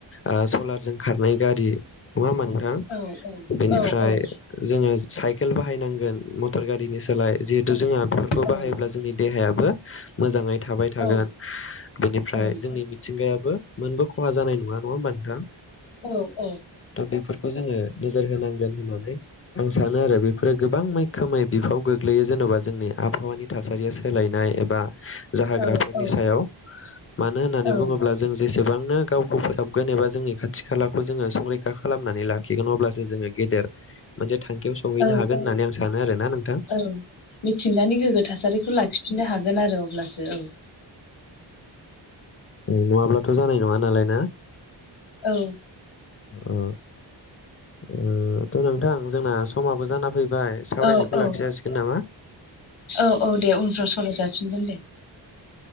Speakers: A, on the left; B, on the left.
A: ओ सलारजों खारनाय गारि, नङा होमबा नोंथां?
B: औ
A: बेनिफ्राय जोङो साइकेल बाहायनांगोन, मथर गा बिनि सोलाय। जिहेथु जोंहा बेफोरखौ बाहायोब्ला
B: औ
A: जोंनि देहायाबो मोजाङै थाबाय थागोन।
B: औ
A: बेनिफ्राय
B: औ
A: जोंनि मिथिंगाया बो मोनबो खहा जानाय नङा। नङा होमबा नोंथां?
B: औ औ।
A: थ' बेफोरखौ जोङो नोजोर होनांगोन होननानै आं सानो आरो बेफोरो गोबां मैखोमै बिफाव गोग्लै यो जेन'बा जोंनि आबहावानि थासारिया सोलायनाय एबा जाहोग्राफोरनि
B: औ औ
A: सायाव। मानो होननानै
B: औ
A: बुङोब्ला जों जेसे बांनो गावखौ फोसाबगोन एबा जोंनि खाथि खालाखौ जोङो संरैखा खालामनानै लाखिगोन अब्लासो जोङो गेदेर मोनसे थांखियाव सौहैनो
B: औ
A: हागोन होननानै आं सानो आरोना नोंथां।
B: औ मिथिंगानि गोग्गो थासारिखौ लाखिफिननो हागोन आरो अब्लासो औ।
A: नङाब्लाथ' जानाय नङा नालाय ना?
B: औ।
A: ओ ओ थ' नोंथां जोंना समाबो जाना फै बाय सावरायनायखौ
B: औ औ
A: लाखि जासिगोन नामा?
B: औ औ दे उनफ्राव सावरायजाफिनगोन दे।